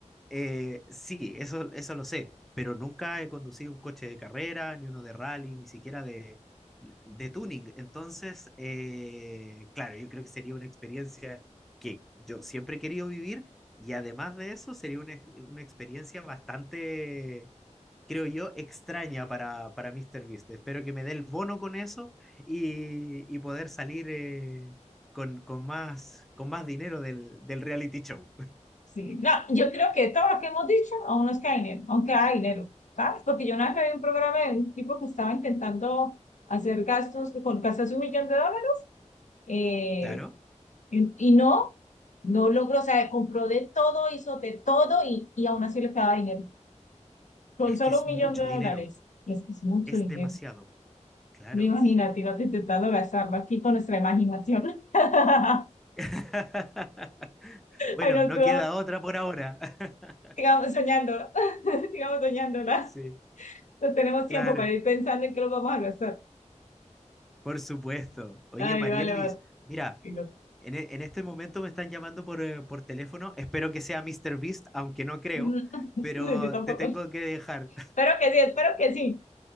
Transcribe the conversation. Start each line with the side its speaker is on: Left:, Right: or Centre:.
Centre: eh, sí, eso, eso lo sé, pero nunca he conducido un coche de carrera, ni uno de rally, ni siquiera de, de tuning. Entonces, eh, claro, yo creo que sería una experiencia que yo siempre he querido vivir y además de eso, sería una, ex- una experiencia bastante creo yo, extraña para, para MrBeast. Espero que me dé el bono con eso y, y poder salir eh, con, con, más, con más dinero del, del reality show.
Left: Sí, no, yo creo que todo lo que hemos dicho aún no es que hay dinero, aunque hay dinero, ¿sabes? Porque yo una vez vi un programa de un tipo que estaba intentando hacer gastos con gastarse un millón de dólares eh,
Centre: Claro,
Left: y, y no, no logró, o sea, compró de todo, hizo de todo y, y aún así le quedaba dinero, con
Centre: es
Left: solo
Centre: que es
Left: un millón
Centre: mucho
Left: de dólares.
Centre: dinero,
Left: Y es que es mucho
Centre: es
Left: dinero.
Centre: demasiado, claro.
Left: Me imagínate, no te intentando gastarlo aquí con nuestra imaginación. <laughs>
Centre: <laughs> Bueno,
Left: Ay, no,
Centre: no
Left: tú,
Centre: queda otra por ahora. <laughs>
Left: sigamos soñándola, <laughs> sigamos soñándola.
Centre: Sí,
Left: No tenemos
Centre: claro,
Left: tiempo para ir pensando en qué lo vamos a gastar.
Centre: por supuesto. Oye,
Left: Ay,
Centre: Marierlis,
Left: vale, vale.
Centre: mira,
Left: Digo,
Centre: en, e- en este momento me están llamando por, eh, por teléfono. Espero que sea MrBeast, aunque no creo,
Left: <laughs>
Centre: pero
Left: Yo tampoco.
Centre: te tengo que dejar.
Left: Espero que sí, espero que sí.